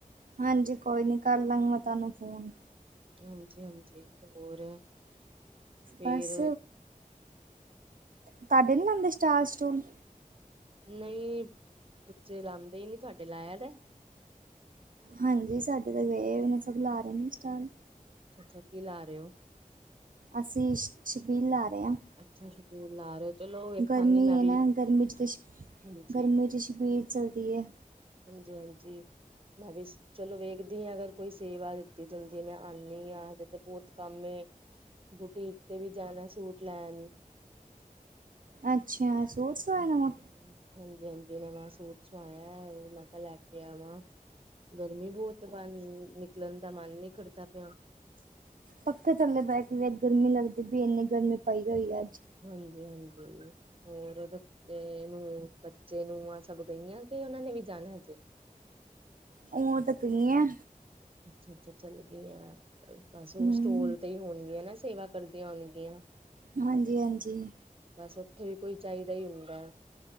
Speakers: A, on the right (about 70°); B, on the right (about 40°).
A: ਹਾਂਜੀ, ਕੋਈ ਨੀ ਕਰਲਾਂਗੀ, ਮੈਂ ਤੁਹਾਨੂੰ ਫੋਨ।
B: ਹਾਂਜੀ-ਹਾਂਜੀ, ਹੋਰ? ਫੇਰ
A: ਬਸ। ਤੁਹਾਡੇ ਨੀ ਲਾਂਦੇ, ਸਟਾਲ-ਸਟੂਲ?
B: ਨਹੀਂ, ਬੱਚੇ ਲਾਂਦੇ ਹੀ ਨਹੀਂ, ਤੁਹਾਡੇ ਲਾਇਆ ਪਾਇਆ।
A: ਹਾਂਜੀ, ਸਾਡੇ ਤਾਂ ਗਏ ਹੋਏ ਨੇ, ਸਭ ਲਾ ਰਹੇ ਨੇ ਸਟਾਲ।
B: ਅੱਛਾ-ਅੱਛਾ, ਕੀ ਲਾ ਰਹੇ ਹੋ?
A: ਅਸੀ ਛ, ਛਬੀਲ ਲਾ ਰਹੇ ਹਾਂ।
B: ਅੱਛਾ ਸ਼ਬੀਲ ਲਾ ਰਹੇ ਹੋ ਚਲੋ ਵੇਖਾਂਗੀ
A: ਗਰਮੀ
B: ਮੈਂ ਵੀ
A: ਏ ਨਾ, ਗਰਮੀ'ਚ ਤੇ,
B: ਹਾਂਜੀ
A: ਗਰਮੀ'ਚ ਛਬੀਲ ਚੱਲਦੀ ਹੈ।
B: ਹਾਂਜੀ, ਹਾਂਜੀ। ਮੈਂ ਵੀ ਚਲੋ ਵੇਖਦੀ ਹ ਅਗਰ ਕੋਈ ਸੇਵਾ ਦਿੱਤੀ ਜਾਂਦੀ ਹੈ ਮੈਂ ਆਉਂਨੀ ਹਾ ਹਜੇ ਤੇ ਬਹੁਤ ਕੰਮ ਏ। ਬੁਟੀਕ ਤੇ ਵੀ ਜਾਣਾ ਸੂਟ ਲੈਣ।
A: ਅੱਛਾ। ਸੂਟ ਸਵਾਣਾ
B: ਹਾਂਜੀਾ।
A: ਵਾ?
B: ਹਾਂਜੀ, ਹਾਂਜੀ ਨਵਾਂ ਸੂਟ ਸੁਵਾਇਆ ਉਹ ਮੈਂ ਕਿਹਾ ਲੈ ਕੇ ਆਵਾਂ। ਗਰਮੀ ਬਹੁਤ ਬਾਹਰ ਨਿਕਲਣ ਦਾ ਮਨ ਨਹੀਂ ਕਰਦਾ ਪਿਆ।
A: ਪੱਖੇ ਥੱਲੇ ਬਹਿਕੇ ਵੀ ਅੱਜ ਗਰਮੀ ਲੱਗਦੀ ਪਵੀ ਇੰਨੀ ਗਰਮੀ ਪਈ ਹੋਈ ਹੈ ਅੱਜ।
B: ਹਾਂਜੀ, ਹਾਂਜੀ ਹੋਰ ਬੱਚੇ ਨੂੰ ਬੱਚੇ ਨੂਆ ਸਭ? ਗਈਆਂ ਕਿ ਉਹਨਾਂ ਨੇ ਵੀ ਜਾਣਾ ਹਜੇ।
A: ਉਹ ਤਾਂ ਗਈਆ।
B: ਅੱਛਾ, ਅੱਛਾ ਚੱਲੀ ਗਈਆ ਬਸ ਉਹ
A: ਹੂੰ
B: ਸਟੋਲ ਹੀ ਹੋਣਗੀਆਂ ਨਾ ਸੇਵਾ ਕਰਦੀਆਂ ਹੋਣਗੀਆਂ।
A: ਹਾਂਜੀ, ਹਾਂਜੀ।
B: ਬਸ ਉੱਥੇ ਵੀ ਕੋਈ ਚਾਹੀਦਾ ਹੀ ਹੁੰਦਾ।